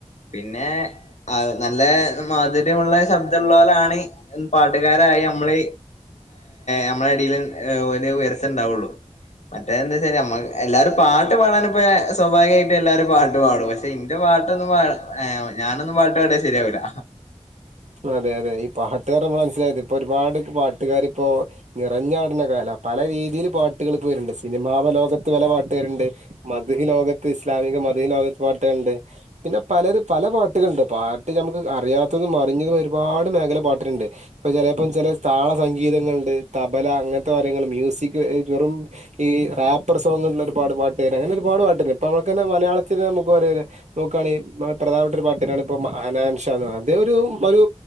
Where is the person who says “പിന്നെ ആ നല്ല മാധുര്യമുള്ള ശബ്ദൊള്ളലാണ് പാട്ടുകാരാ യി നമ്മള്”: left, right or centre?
Left